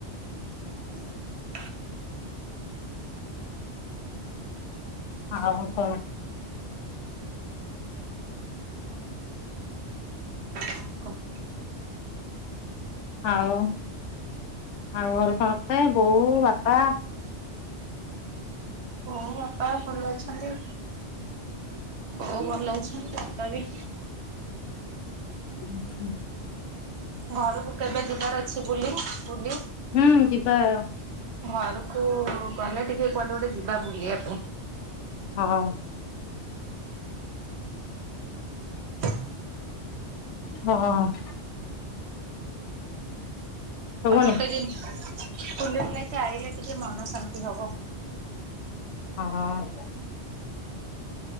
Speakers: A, on the right; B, on the left.
A: <unintelligible>
B: ହଉ କଣ?
A: ହଁ କ?
B: ଆଉ ଆଉ ଘର ସମସ୍ତେ ବୋଉ ବାପା
A: ବୋଉ ବାପା ଭଲ ଅଛନ୍ତି ବଉ ଭଲ ଅଛନ୍ତି ବାପା ବି
B: ହଁ ହ।
A: ଘରକୁ କେବେ ଯିବାର ଅଛି ବୁଲି ବୁଲି
B: ହୁଁ ଯିବି ହ।
A: ଘରକୁ କହିଲେ ଟିକେ କୁଆଡ଼େ ଗୋଟେ ଯିବା ବୁଲିବା ପାଇଁ।
B: ହଁ।
A: <unintelligible> <inaudible>
B: ହଁ ଶୁଭୁନି
A: <unintelligible> ଫୁଲ ଚାହିଲେ ଟିକେ ମନ ଶାନ୍ତି ହବ।
B: ହ ହଁ।